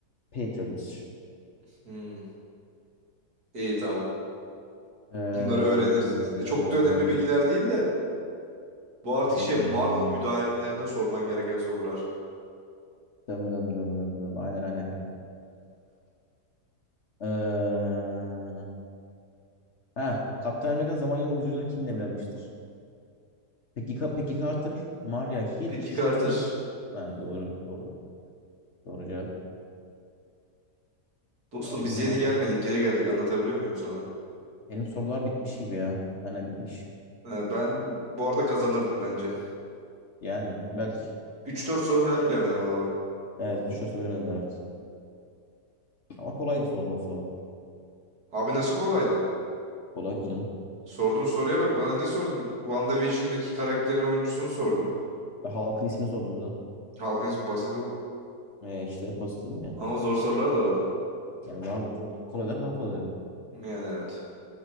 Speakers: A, on the left (about 45°); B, on the right (about 70°).
A: Peters'miş.
B: Hmm. İyi tamam.
A: Ee,
B: Bunları öğreniriz.
A: Dem dem
B: E, çok
A: dem
B: da önemli
A: dem
B: bilgiler
A: dem
B: değil de bu artık
A: dem
B: şey
A: dem
B: Marvel
A: dem dem dem
B: müdavimlerine
A: dem
B: sorman gereken sorular.
A: dem dem dem dem dem aynen aynen kanka. Ee, ha, Kaptan Amerika zaman yolculuğunda kimle evlenmiştir? Peki Ka- Peggy Carter, Maria Hill,
B: Peki
A: Sharon.
B: Carter.
A: Ben doğru doğru doğru cevap.
B: Dostum
A: O
B: biz
A: bu ne
B: yeni
A: lan?
B: gelmedik geri geldik anlatabiliyor muyum sana?
A: Benim sorular bitmiş gibi ya. Aynen bitmiş.
B: E, ben bu arada kazanırdım bence.
A: Yani belki.
B: Üç dört soru falan bilemedim abi.
A: Evet düşerse bilemedin evet. Ama kolaydı soru nasıl? o?
B: Abi nasıl kolaydı?
A: Kolaydı canım.
B: Sorduğun soruya bak bana ne sordun? WandaVision'daki karakterin oyuncusunu sordun.
A: E, Halkın ismini sordum bir de.
B: Halkın ismi basit oğlum.
A: Ee, işte pozitifim ya.
B: Ama zor sorular da vardı.
A: Ya vardı. Kolaylar daha fazlaydı.
B: Yani evet.